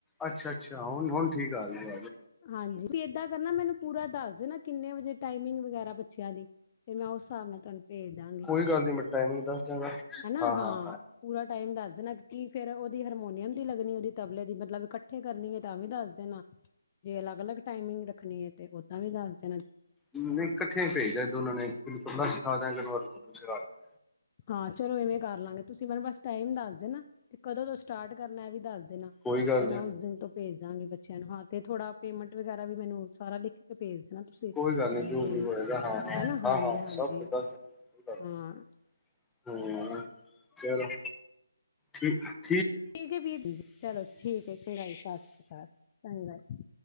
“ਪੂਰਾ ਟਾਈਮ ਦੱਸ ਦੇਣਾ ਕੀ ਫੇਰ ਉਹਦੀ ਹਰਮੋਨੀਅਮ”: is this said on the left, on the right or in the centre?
Left